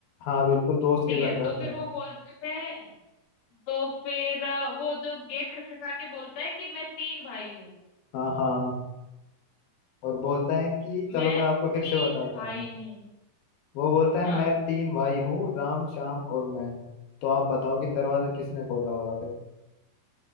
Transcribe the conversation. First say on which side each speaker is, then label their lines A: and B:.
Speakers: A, on the left; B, on the left.
A: हाँ बिल्कुल दोस्त
B: ठीक
A: के घर
B: है तो
A: जाता
B: फिर
A: है
B: वो बोलते हैं तो फिर अ, वो जो गेट खटखटा के बोलता है कि मैं तीन भाई हूँ
A: हाँ हाँ और बोलता है कि चलो
B: मैं
A: मैं आपको
B: तीन
A: फिर से बताता
B: भाई
A: हूँ
B: हूँ
A: वो बोलता है
B: हाँ
A: मैं तीन भाई हूँ राम श्याम और मैं तो आप बताओ कि दरवाजा किसने खोला होगा फिर